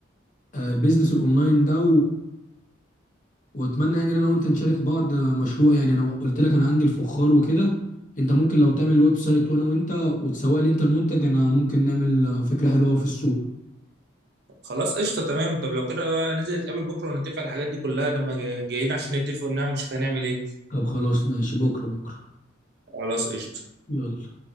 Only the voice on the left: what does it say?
آه، البيزنس الاونلاين ده واتمنى يعني ان انا وانت نشارك بعض مشروع يعني انا قلت لك انا عندي الفخار وكده انت ممكن لو تعمل ويب سايت وانا وانت وتسوق لي انت المنتج انا ممكن نعمل فكرة حلوة قوي في السوق
طب خلاص ماشي بكرة بكرة
يلا